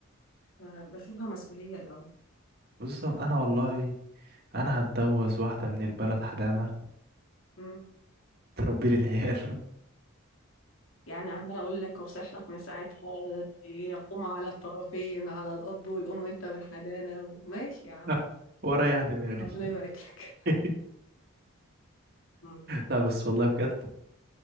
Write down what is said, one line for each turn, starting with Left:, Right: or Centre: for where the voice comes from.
Left: فبشوفها مسؤوليه الاول
Right: بالظبط انا والله انا هتجوز واحده من البلد حدامه
Left: مم.
Right: تربي لي العيال
Left: يعني عمالة أقول لك وأصيح لك من ساعتها يقوم على الطرفين على الأب والأم وأنت من حدانا وماشي يا عم
Right: <laughs> <laughs> ورايح دماغي
Left: ربنا يبارك لك
Right: <laughs>
Left: مم.
Right: لا بس والله بجد